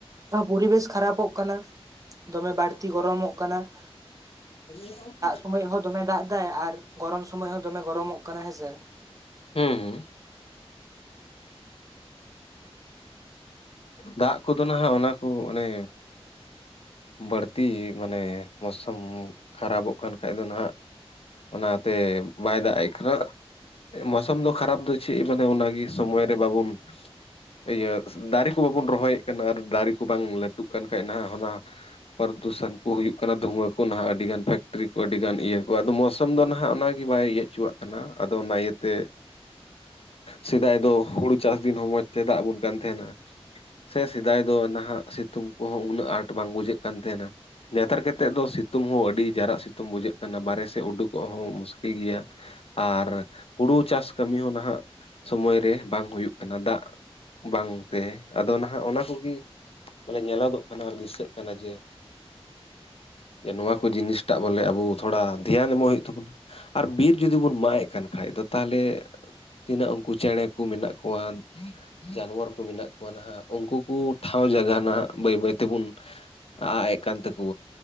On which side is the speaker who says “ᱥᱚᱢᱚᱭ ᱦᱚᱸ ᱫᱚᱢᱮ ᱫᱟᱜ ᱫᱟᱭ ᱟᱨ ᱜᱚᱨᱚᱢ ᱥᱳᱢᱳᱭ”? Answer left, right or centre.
Right